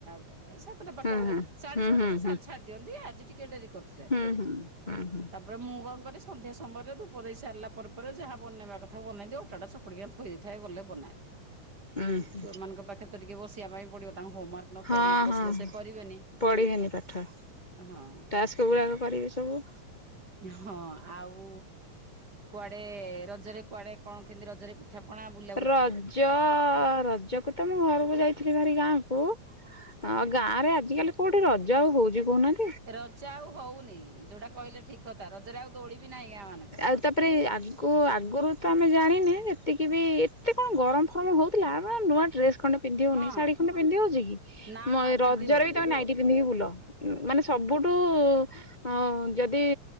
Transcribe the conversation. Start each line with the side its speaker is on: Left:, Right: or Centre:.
Right: ବ ଆ ସା ତେଟା ପାଖା
Left: ହୁଁ
Right: ପା
Left: ହୁଁ
Right: ସାଢେ
Left: ହୁଁ
Right: ଛଅଟାରେ
Left: ହୁଁ ହୁଁ
Right: ସାର୍ ଛାଡି ଦିଅନ୍ତି ଆଜି ଟିକେ ଡେରି କରିଥି
Left: ହୁଁ ହୁଁ ହୁଁ ହୁଁ।
Right: <unintelligible> ମୁଁ କଁ କରେ ସନ୍ଧ୍ୟା ସମୟରେ ଧୂପ ଦେଇ ସାରଲା ପରେ ପରେ ଯାହା ବନେଇବା କଥା ବନେଇ ଦିଏ ଅଟାଟା ଚ କୁଡି କିନା ଥୋଇ ଦେଇଥାଏ ଗଲେ ବନାଏ
Left: ହୁଁ
Right: ଛୁଆମାନଙ୍କ ପାଖେରେ ତ ଟିକେ ବସିବା ପାଇଁ ପଡିବ ତାଙ୍କ ହୋମୱାର୍କ
Left: ହଁ
Right: ନ ନ ବସିଲେ
Left: ହଁ
Right: ସେ କରିବେନି।
Left: ପଢିବେନି ପାଠ
Right: ହଁ
Left: ଟାସ୍କଗୁଡାକ କରିବେ ସବୁ।
Right: ହଁ ଆଉ କୁଆଡେ ରଜେରେ କୁଆଡେ କଁ କେନ୍ତି ରଜେରେ ଠାପଣା ବୁଲ୍
Left: ରଜ ରଜକୁ ତ ମୁଁ ଘରୁକୁ ଯାଇଥିଲି ଭାରି ଗାଁକୁୁ। ହଁ ଆଉ ଗାଁରେ ଆଜିକାଲି କୋଉଠି ରଜ ଆଉ ହଉଚି କହୁନାନ୍ତି।
Right: ରଜ ଆଉ ହଉନି ଯୋଉଟା କହିଲେ ଠିକ୍ କଥା ରଜେରେ ଆଉ ଦୋଳିି ବି ନାହିଁ ଗାଁମାନଙ୍କରେ।
Left: ଆଉ ତାପରେ ଆଗୁ ଆଗୁରୁ ତ ଆମେ ଜାଣିନେ ଯେତିକି ବି ଏତେ କଁ ଗରମ ଫରମ ହଉ ଥିଲା ଆମେ ନୂଆ ଡ୍ରେସ୍ ଖଣ୍ଡ ପିନ୍ଧି ହଉନି
Right: ହଁ
Left: ଶାଢୀ ଖଣ୍ଡେ ପିନ୍ଧି ହଉଚି କି
Right: ନା
Left: ମ
Right: ନା
Left: ଏ
Right: ପିନ୍ଧି
Left: ରଜରେ
Right: ହଉନି।
Left: ବି ତମେ ନାଇଟ୍ ନାଇଟି ପିନ୍ଧିକି ବୁଲ ମାନେ ସବୁଠୁ ହ ଯଦି